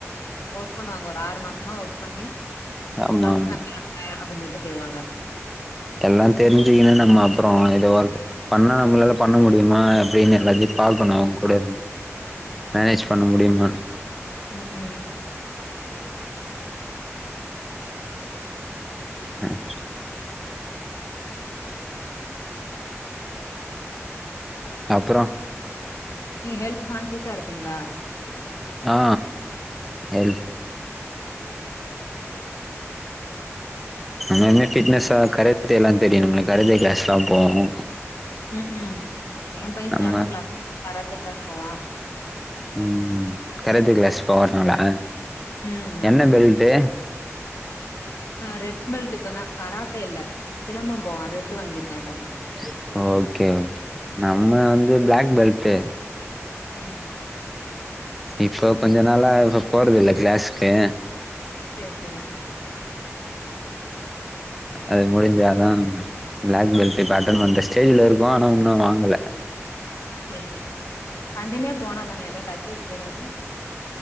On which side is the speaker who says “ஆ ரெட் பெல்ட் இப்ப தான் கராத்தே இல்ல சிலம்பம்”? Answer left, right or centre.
Left